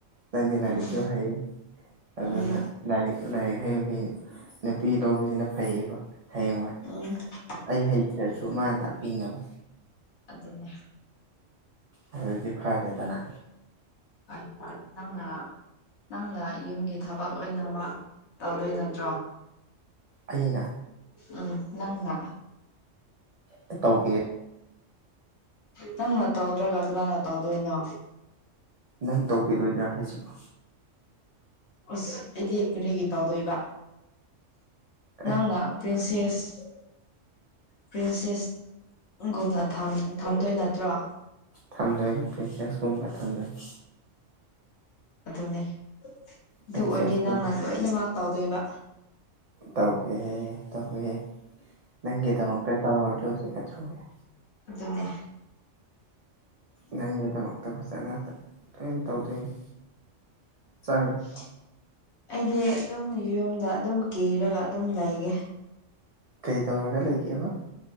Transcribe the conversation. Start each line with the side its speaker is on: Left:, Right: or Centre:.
Right: ꯅꯪꯗꯤ ꯂꯥꯏꯔꯤꯛꯁꯨ
Left: ꯎꯝ
Right: ꯍꯩ ꯑꯗꯨꯅ
Left: ꯎꯝ
Right: ꯂꯥꯏꯔꯤꯛ ꯂꯥꯏꯔꯤꯛ ꯍꯩꯕꯩ ꯅꯨꯄꯤ ꯂꯧꯕꯁꯤꯅ ꯐꯩꯌꯦꯕ ꯍꯌꯦꯡꯋꯥꯏ
Left: <unintelligible>
Right: ꯑꯩ ꯍꯩꯇ꯭ꯔꯁꯨ ꯃꯥꯅ ꯇꯥꯛꯄꯤꯅꯕ
Left: ꯑꯗꯨꯗꯅꯦ
Right: ꯑꯗꯨꯗꯤ ꯐꯔꯦꯗꯅ
Left: ꯍꯥꯏ ꯐꯉ ꯅꯪꯅ ꯌꯨꯝꯒꯤ ꯊꯕꯛ ꯂꯣꯏꯅꯃꯛ ꯇꯧꯗꯣꯏ ꯅꯠꯇ꯭ꯔꯣ
Right: ꯑꯅꯤꯅ
Left: ꯎꯝ ꯅꯪꯅ
Right: ꯇ ꯇꯧꯒ
Left: ꯅꯪꯅ ꯇꯧꯗ꯭ꯔꯥꯒ ꯀꯅꯥꯅ ꯇꯧꯗꯣꯏꯅꯣ
Right: ꯅꯪ ꯇꯧꯕꯤꯔꯣꯏꯗ꯭ꯔꯥ ꯍꯥꯏꯁꯤꯕꯣ
Left: ꯑꯁ ꯑꯩꯗꯤ ꯀꯔꯤꯒꯤ ꯇꯧꯗꯣꯏꯕ ꯅꯪꯅ
Right: ꯑꯦ
Left: ꯄ꯭ꯔꯤꯟꯁꯦꯁ ꯄ꯭ꯔꯤꯟꯁꯦꯁ ꯒꯨꯝꯅ ꯊꯝꯗꯣꯏ ꯅꯠꯇ꯭ꯔꯣ
Right: ꯊꯝꯗꯣꯏꯅꯤ ꯄ꯭ꯔꯤꯟꯁꯦꯁ ꯀꯨꯝꯕ ꯊꯝꯗꯣꯏꯅꯤ
Left: ꯑꯗꯨꯅꯦ ꯑꯗꯨ
Right: ꯄ꯭ꯔꯤꯟꯁꯦꯁ
Left: ꯑꯣꯏꯔꯗꯤ ꯅꯪꯅ ꯂꯣꯏꯅ ꯃꯥꯥꯛ ꯇꯧꯗꯣꯏꯕ
Right: ꯇꯧꯒꯦ ꯇꯧꯋꯦ ꯅꯪꯒꯤꯗꯃꯛꯇ ꯇꯧꯔ ꯂꯣꯏꯔꯦ ꯀꯗꯧꯔꯒꯦ
Left: ꯑꯗꯨꯅꯦ
Right: ꯅꯪꯒꯤꯗꯃꯛꯇ ꯐꯖꯅ ꯂꯣꯏ ꯇꯧꯗꯣꯏꯅꯤ ꯆꯥꯔꯤ
Left: <unintelligible> ꯑꯩꯗꯤ ꯑꯗꯨꯝ ꯌꯨꯝꯗ ꯑꯗꯨꯝ ꯀꯦꯔꯒ ꯑꯗꯨꯝ ꯂꯩꯒꯦ꯫
Right: ꯀꯩ ꯇꯧꯔꯒ ꯂꯩꯒꯦꯕ